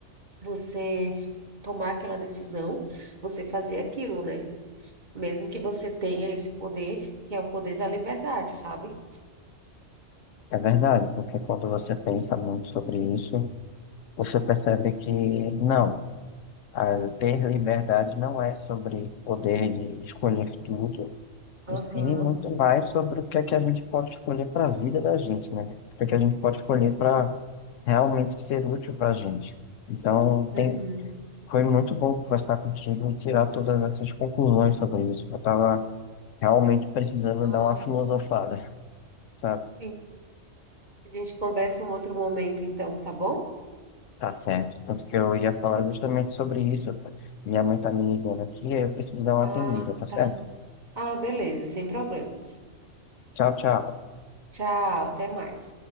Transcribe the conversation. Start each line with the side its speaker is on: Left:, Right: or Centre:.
Right: você tomar aquela decisão, você fazer aquilo, né? Mesmo que você tenha esse poder, que é o poder da liberdade, sabe?
Left: É verdade, porque quando você pensa muito sobre isso, você percebe que não, a ter liberdade não é sobre poder de escolher tudo,
Right: Aham.
Left: e sim muito mais sobre o que é que a gente pode escolher para a vida da gente, né? O que é que a gente pode escolher para realmente ser útil para a gente. Então, tem
Right: Uhum.
Left: Foi muito bom conversar contigo e tirar todas essas conclusões sobre isso. Eu estava realmente precisando
Right: Ai,
Left: dar uma filosofada,
Right: muito bom.
Left: sabe?
Right: Sim. A gente conversa um outro momento, então, tá bom?
Left: Tá certo. Tanto que eu ia falar justamente sobre isso. Minha mãe tá me ligando aqui, aí eu preciso dar uma
Right: Ah,
Left: atendida, tá certo?
Right: tá. Ah, beleza, sem problemas.
Left: Tchau, tchau.
Right: Tchau, até mais.